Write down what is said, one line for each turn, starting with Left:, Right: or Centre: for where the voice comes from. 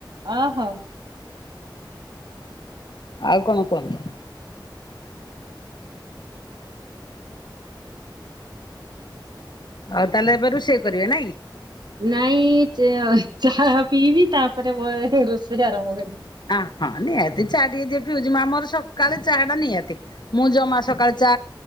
Right: ଅ ହୋ।
Left: ଆଉ କଣ କୁହନ୍ତୁ। ଆଉ ତାହେଲେ ଏବେ ରୁଷେଇ କରିବେ ନାଇ କି?
Right: ନାଇଁ ଚା ଚାହା ପିଇବି ତାପରେ ବହେ ରୋଷେଇ ଆରମ୍ଭ କରିବି।
Left: ଆ ହଁ ନିହାତି ଚାହା ଟିକେ ଯିଏ ପିଉଛି ମା ମୋର ସକାଳେ ଚାହା ଟା ନିହାତି। ମୁଁ ଜମା ସକାଳେ ଚା